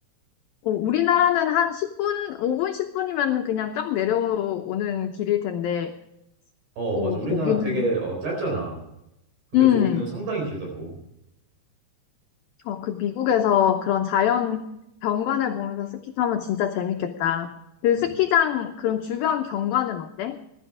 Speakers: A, on the left; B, on the right.
A: 어, 우리나라는 한 10분, 5분, 10분이면 그냥 쫙 내려오는 길일 텐데,
B: 어,
A: 고
B: 맞아. 우리나라는
A: 거기는,
B: 되게 어, 짧잖아. 근데
A: 음,
B: 거기는 상당히 길더라고.
A: 어, 그 미국에서 그런 자연 경관을 보면서 스키 타면 진짜 재밌겠다. 그
B: 맞아.
A: 스키장, 그럼 주변 경관은 어때?